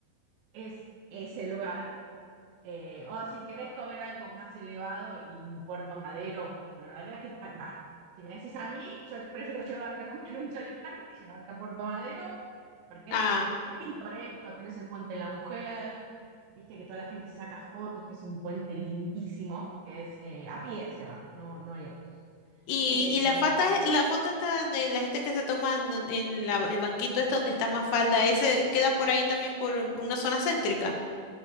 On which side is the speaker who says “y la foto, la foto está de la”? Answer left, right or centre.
Left